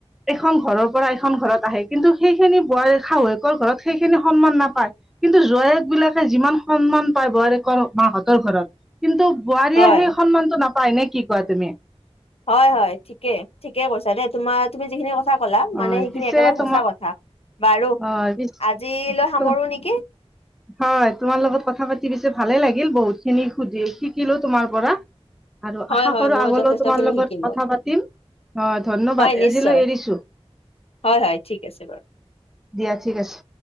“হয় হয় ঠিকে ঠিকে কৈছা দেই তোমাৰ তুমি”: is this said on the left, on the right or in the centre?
Left